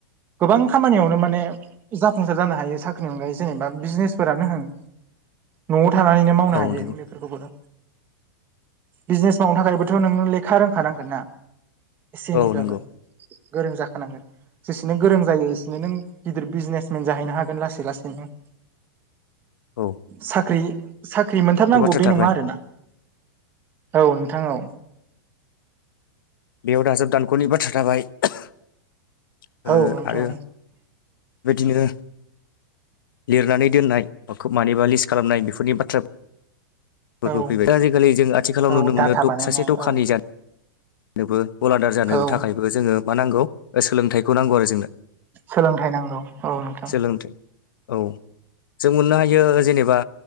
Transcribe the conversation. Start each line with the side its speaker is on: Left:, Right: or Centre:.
Right: गोबां खामानियावनो माने जाफुंसार जानो हायो साख्रिनि अनगायै जेनेबा बिजनेस फोरानो होन न'आव थानानैनो मावनो
Left: औ
Right: हायो
Left: नंगौ
Right: बेफोरखौबो बिजनेस मावनो थाखायबोथ' नोंनो लेखा रोंखानांगोन ना एसे एनैब्लाबो
Left: औ नंगौ
Right: गोरों जाखानांगोन जेस सेनो गोरों जायो इसेनो नों गिदिर बिजनेसमेन जाहैनो हागोन लासै लासैनो
Left: औ
Right: साख्रि साख्रि मोनथारनांगौ
Left: बाथ्रा
Right: बे
Left: थाबाय
Right: नङा आरोना औ नोंथां औ
Left: बेयाव दाजाब दानख'नि बाथ्रा थाबाय ओ
Right: औ नोंथां
Left: आरो बेबायदिनो लिरनानै दोननाय मानिबा लिस्ट खालामनाय बेफोरनि बाथ्रा बो
Right: औ
Left: फैबाय दा आजिखालि जों आथिखालाव
Right: औ
Left: नुनो मोनो
Right: डाटा
Left: दख
Right: बानायनाय
Left: सासे दखानि
Right: औ
Left: जानो नोबो गलादार जानो
Right: औ
Left: थाखायबो जोङो मा नांगौ ओ सोलोंथाइखौ नांगौ आरो जोंनो।
Right: सोलोंथाइ नांगौ औ नोंथां
Left: सोलोंथाइ औ जों मोननो हायो जेनेबा